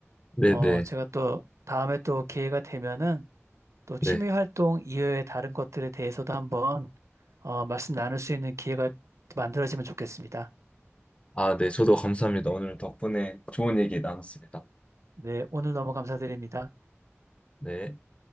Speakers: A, on the left (about 25°); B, on the right (about 85°).
A: 네,
B: 어,
A: 네,
B: 제가 또 다음에 또 기회가 되면은 또 취미
A: 네.
B: 활동 이외의 다른 것들에 대해서도 한번 어, 말씀 나눌 수 있는 기회가 만들어지면 좋겠습니다.
A: 아, 네, 저도 감사합니다. 오늘 덕분에 좋은 얘기 나눴습니다.
B: 네, 오늘 너무 감사드립니다.
A: 네.